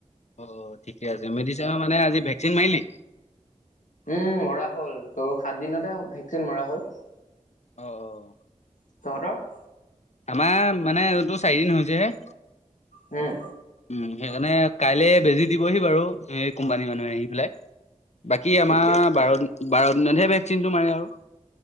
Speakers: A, on the left; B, on the left.
A: অ', ঠিকে আছে, মেডিচিনৰ মানে আজি ভেকচিন মাৰিলি
B: উম, মৰা হ'ল তোৰ সাত দিনতে ভেকচিন মৰা হ'ল
A: অ',
B: <unintelligible>
A: আমাৰ মানে, এইটো চাৰিদিন হৈছে হে
B: হম,
A: উম, সেইকাৰণে কাইলে বেজি দিবহি বাৰু এই কোম্পানী মানুহে আহি পেলাই বাকী, আমাৰ
B: ঠিকে আছে
A: বাৰ বাৰ দিনতহে ভেকচিনটো মাৰে আৰু